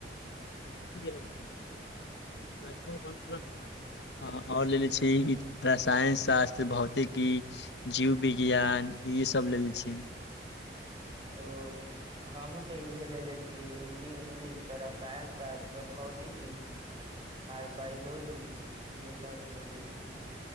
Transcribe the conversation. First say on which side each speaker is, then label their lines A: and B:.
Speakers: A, on the left; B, on the right.
A: <unintelligible> ओर लेले छै ई रसायन शास्त्र भोतिकि ई जीव विज्ञान ई सब लेलेे छी
B: ओ हमहुँ तऽ इहे लेे छीयै हिन्दी इंगलिश आ साइंस शास्त्र भौतिकी आर बायोलॉजी यहे सब लेलेे छी